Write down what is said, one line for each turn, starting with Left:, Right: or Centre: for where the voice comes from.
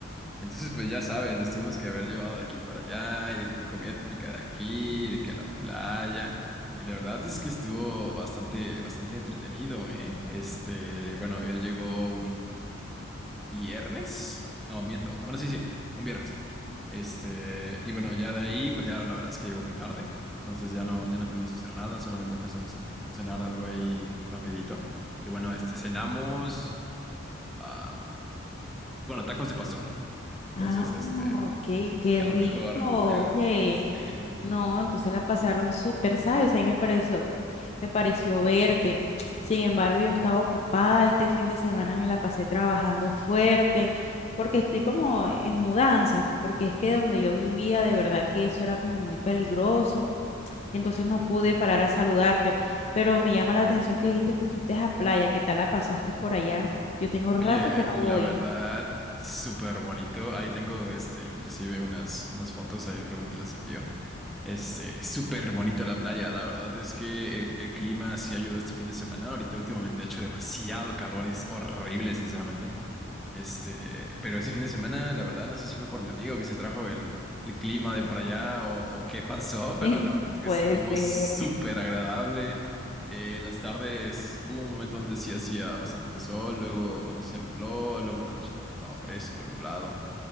Centre: Entonces, pues ya sabes, los tuvimos que haber llevado de aquí para allá, y de que la comida típica de aquí, y de que la playa, y la verdad es que estuvo bastante, bastante entretenido, ¿eh? Este, bueno, él llegó un viernes, no, miento, bueno, sí, sí, un viernes. Este, y bueno, ya de ahí, pues ya la verdad es que llegó muy tarde, entonces ya no, ya no pudimos hacer nada, solamente alcanzamos a, a cenar algo ahí rapidito. Y bueno, este, cenamos, am, bueno, tacos de pastor. Entonces,
Left: Ah,
Centre: este,
Left: ok, qué
Centre: a
Left: rico,
Centre: lo mejor, <laughs>
Left: oye.
Centre: sí,
Left: No, entonces la pasaron súper, ¿sabes? Ahí me pareció, me pareció verte. Sin embargo, yo estaba ocupada, este fin de semana me la pasé trabajando fuerte, porque estoy como en mudanza, porque es que donde yo vivía, de verdad que eso era como muy peligroso, entonces
Centre: sí, sí.
Left: no pude parar a saludarte, pero me llama la atención que dijiste que fuiste a playa, ¿qué tal la pasaste por allá? Yo tengo rato
Centre: Oye,
Left: que
Centre: eh,
Left: no
Centre: la
Left: voy.
Centre: verdad, súper bonito. Ahí tengo, este, inclusive unas, unas fotos, ahí luego te las envío. Este, súper bonita la playa. La verdad es que el, el clima sí ayudó este fin de semana. Ahorita últimamente ha hecho demasiado calor, es horrible, sinceramente. Este, pero ese fin de semana, la verdad, no sé si fue por mi amigo que se trajo el, el clima de por allá o, o qué <laughs> pasó, pero la
Left: <laughs>
Centre: verdad es que
Left: puede
Centre: estuvo
Left: ser.
Centre: súper agradable. Eh, las tardes hubo un momento donde sí hacía bastantito sol, luego cuando se nubló, luego en la noche pues estaba fresco, nublado.